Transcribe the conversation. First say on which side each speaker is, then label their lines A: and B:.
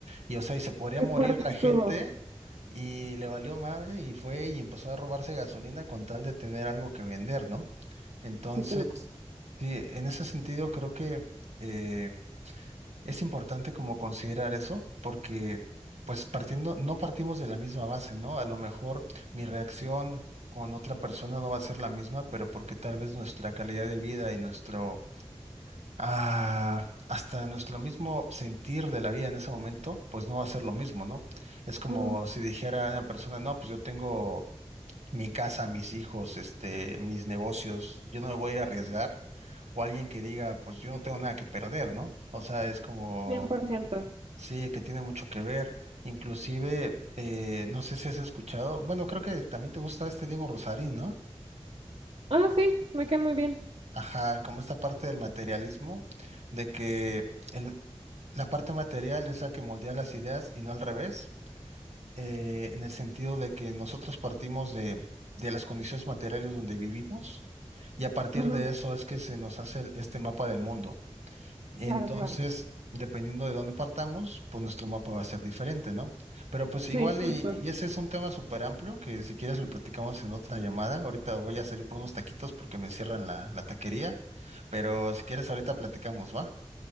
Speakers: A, on the right; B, on the right.
A: Y o sea, y se podría
B: qué
A: morir
B: fuerte
A: la
B: estuvo.
A: gente y le valió madre y fue y empezó a robarse gasolina con tal de tener algo que vender, ¿no? Entonces,
B: Sí, qué loco.
A: sí, en ese sentido creo que eh, es importante como considerar eso porque pues partiendo, no partimos de la misma base, ¿no? A lo mejor mi reacción con otra persona no va a ser la misma, pero porque tal vez nuestra calidad de vida y nuestro ah, hasta nuestro mismo sentir de la vida en ese momento, pues no va a ser lo mismo, ¿no? Es como
B: Ujú.
A: si dijera una persona, no, pues yo tengo mi casa, mis hijos, este, mis negocios, yo no me voy a ir a arriesgar. O alguien que diga, pues yo no tengo nada que perder, ¿no? O sea, es como,
B: cien por ciento.
A: sí, que tiene mucho que ver. Inclusive, eh, no sé si has escuchado, bueno, creo que también te gusta este Diego Rosarín, ¿no?
B: Ah, sí, me quedé muy bien.
A: Ajá, como esta parte del materialismo, de que... El, La parte material es la que moldea las ideas y no al revés, eh, en el sentido de que nosotros partimos de, de las condiciones materiales donde vivimos y a partir
B: Ujú,
A: de eso es que se nos hace el- este mapa del mundo. Entonces,
B: Claro, claro.
A: dependiendo de dónde partamos, pues nuestro mapa va a ser diferente, ¿no? Pero pues
B: Sí,
A: igual
B: justo.
A: y, y ese es un tema súper amplio que si quieres lo platicamos en otra llamada. Ahorita voy a salir por unos taquitos porque me cierran la, la taquería, pero si quieres ahorita platicamos, ¿va?